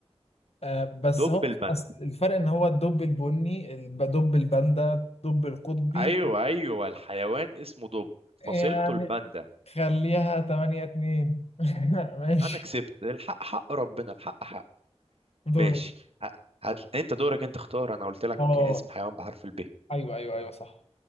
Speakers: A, on the left; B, on the right.
A: آه، بس
B: دب
A: هو
B: الباندا
A: أصل الفرق ان هو الدب البني الب- دب الباندا الدب القطبي
B: ايوه ايوه الحيوان اسمه دب
A: يعني
B: فصيلته الباندا
A: خليها 8 2 <laughs> ماشي
B: انا كسبت الحق حق ربنا الحق حق
A: دورك
B: ماشي ه- هات انت دورك انت اختار انا قلت لك
A: اه
B: اسم حيوان بحرف الب
A: ايوه ايوه ايوه صح